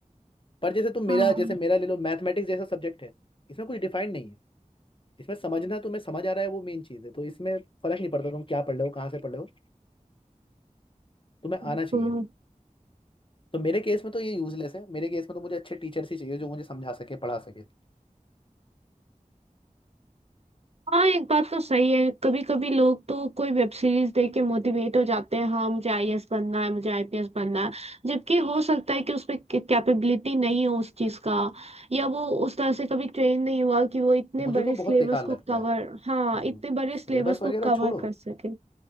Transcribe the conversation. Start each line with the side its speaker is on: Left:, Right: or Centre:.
Left: पर जैसे तुम मेरा
Right: हाँ
Left: जैसे मेरा ले लो मैथमेटिक्स जैसा सब्जेक्ट है इसमें कुछ डिफाइंड नहीं है इसमें समझना तुम्हें समझ आ रहा है वो मेन चीज़ है तो इसमें फर्क नहीं पड़ता तुम क्या पढ़ रहे हो कहाँ से पढ़ रहे हो तुम्हें
Right: बिल्कुल।
Left: आना चाहिए तो मेरे केस में तो ये यूजलेस है मेरे केस में तो मुझे अच्छे टीचर्स ही चाहिए जो मुझे समझा सके पढ़ा सके
Right: हाँ एक बात तो सही है कभी कभी लोग तो कोई वेब सीरीज देख के मोटिवेट हो जाते हैं हाँ मुझे आईएएस बनना है मुझे आईपीएस बनना है जबकि हो सकता है कि उसमें कैपेबिलिटी नहीं हो उस चीज का या वो उस तरह से कभी ट्रेन नहीं हुआ कि वो इतने
Left: मुझे
Right: बड़े
Left: तो बहुत
Right: सिलेबस
Left: बेकार
Right: को
Left: लगता
Right: कवर
Left: है
Right: हाँ
Left: हम्म
Right: इतने बड़े
Left: सिलेबस
Right: सिलेबस को
Left: वगैरह
Right: कवर
Left: छोड़ो
Right: कर सके